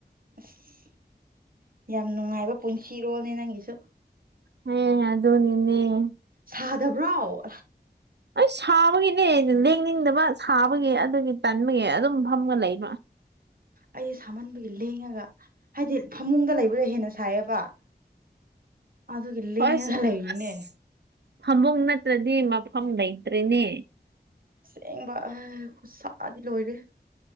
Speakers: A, on the right (about 55°); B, on the right (about 75°).
A: ꯑꯁ.. ꯌꯥꯝ ꯅꯨꯡꯉꯥꯏꯕ ꯄꯨꯟꯁꯤꯔꯣꯜꯅꯦ ꯅꯪꯒꯤꯁꯨ
B: ꯍꯦ ꯑꯗꯨꯅꯤꯅꯦ
A: ꯁꯥꯗꯕ꯭ꯔꯣ
B: ꯑꯩ ꯁꯥꯕꯒꯤꯅꯦ ꯂꯦꯡꯅꯤꯡꯗꯕ ꯁꯥꯕꯒꯤ ꯑꯗꯨꯒꯤ ꯇꯟꯕꯒꯤ ꯑꯗꯨꯝ ꯐꯝꯃꯒ ꯂꯩꯕ
A: ꯑꯩ ꯁꯥꯃꯟꯕꯒꯤ ꯂꯦꯡꯉꯒ ꯍꯥꯏꯗꯤ ꯐꯃꯨꯡꯗ ꯂꯩꯕꯗꯣ ꯍꯦꯟꯅ ꯁꯥꯏꯌꯦꯕ ꯑꯗꯨꯒꯤ ꯂꯦꯡꯉꯒ
B: ꯍꯣꯏꯁ
A: ꯂꯩꯔꯤꯅꯦ
B: ꯑꯁ ꯐꯃꯨꯡ ꯅꯠꯇ꯭ꯔꯗꯤ ꯃꯐꯝ ꯂꯩꯇ꯭ꯔꯦꯅꯦ
A: ꯑꯁꯦꯡꯕ ꯑꯦ ꯈꯨꯁꯥꯗꯤ ꯂꯣꯏꯔꯦ